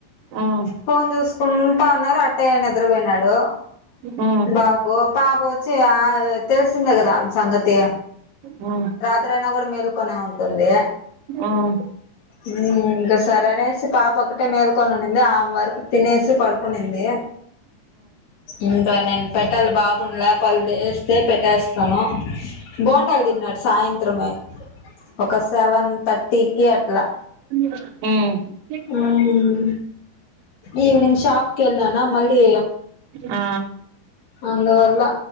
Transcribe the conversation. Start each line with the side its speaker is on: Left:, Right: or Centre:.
Right: ఉమ్
Left: ఫోన్ చూసుకూంట ఉన్నాడు అట్టే నిద్రపోయినాడు.
Right: ఉమ్
Left: బాబు పాప ఒచ్చి. అదె తెలిసిందే కదా అన్ సంగతి
Right: ఊ
Left: ఎప్పుడైనాగాని మెల్కొనే ఉంటుంది
Right: ఉమ్
Left: ఊ ఇంక సరే అనేసి పాప ఒకటే మేల్కొనున్నింది ఆమె వరకు తినేసి పడుకునింది ఇంకా నిన్పన్ వాళ్ల బాబున్లా పల్దేశ్ తే పెట్టేస్తాను బోండాలు తిన్నాడు సాయంత్రం త్రమే ఒకసివన్ తట్టికీ అట్లా
Right: ఊ
Left: మ్మ్ ఈవెనింగ్ షాపుకి వెళ్ళనా మళ్ళీ
Right: ఆ
Left: అందువల్ల